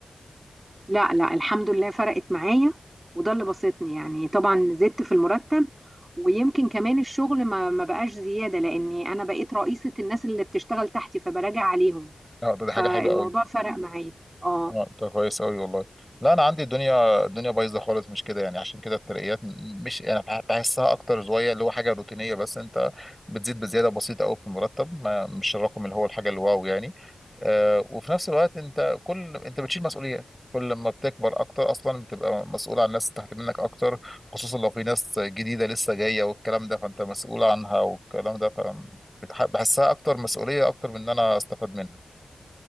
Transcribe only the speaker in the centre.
اه ده ده حاجه
حلوه قوي
اه انت كويس قوي والله لا انا عندي الدنيا الدنيا بايظه خالص مش كده يعني عشان كده الترقيات م- مش انا بح- بحسها اكتر شويه اللي هو حاجه روتينيه بس انت بتزيد بزياده بسيطه قوي في المرتب ما مش الرقم اللي هو الحاجه الواو يعني آه وفي نفس الوقت انت كل انت بتشيل مسؤوليات كل ما بتكبر اكتر اصلا بتبقى مسؤول عن ناس تحت منك اكتر خصوصا لو في ناس جديده لسه جايه والكلام ده فانت مسؤول عنها والكلام ده فبتح- بحسها اكتر مسؤوليه اكتر من ان انا استفاد منها